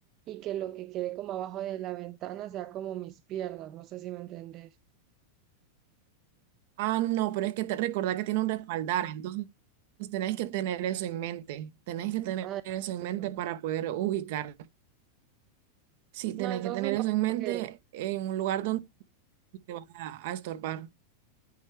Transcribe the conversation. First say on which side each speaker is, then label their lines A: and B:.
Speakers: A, on the right (about 40°); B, on the right (about 60°).
A: y que lo que quede como abajo de la ventana sea como mis piernas. No sé si me entendés.
B: Ah, no, pero
A: Sí,
B: es que te recordá que tiene un respaldar, entonces tenés que tener eso en mente, tenés que tener
A: ah,
B: eso
A: entiendo.
B: en mente para poder ubicar. Sí,
A: No,
B: tenés
A: entonces
B: que tener
A: no
B: eso en mente
A: creo que,
B: en un lugar donde no te vas a, a estorbar.